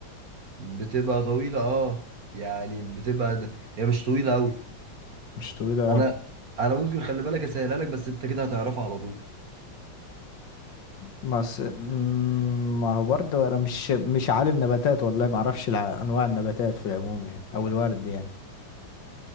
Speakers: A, on the right (about 50°); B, on the left (about 60°).
A: بتبقى طويلة اه يعني بتبقى د- هي مش طويلة قوي
B: مش طويلة
A: انا
B: أوي
A: انا ممكن خلي بالك اسهلها لك بس انت كده هتعرفها على طول
B: بس مم، ما هو برضه انا مش مش عالم نباتات والله ما اعرفش الع- انواع النباتات في العموم يعني او الورد يعني